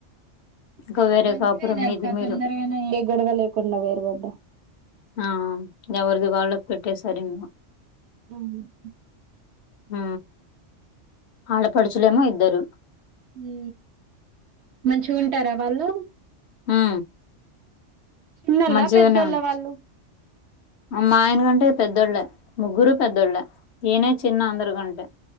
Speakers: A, on the left (about 65°); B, on the right (about 70°).
A: ఇంక వేరే
B: మంచిదేలే
A: కాపురం మీది
B: అక్క
A: మీరు
B: తొందరగానే ఏ గొడవ లేకుండా వేరు పడ్డా
A: ఆ ఎవరిది వాళ్ళకు పెట్టేసారు ఇంగా
B: <inaudible>
A: ఊ ఆడపడుచులేమో ఇద్దరు
B: ఊ మంచిగుంటారా వాళ్ళు
A: ఊ
B: చిన్నోళ్ళ
A: మంచిగానే
B: పెద్దోళ్ళ
A: ఉం
B: వాళ్ళు
A: మా ఆయనకంటే పెద్దోళ్ళే ముగ్గురూ పెద్దోళ్ళే ఈయనే చిన్న అందరు కంటే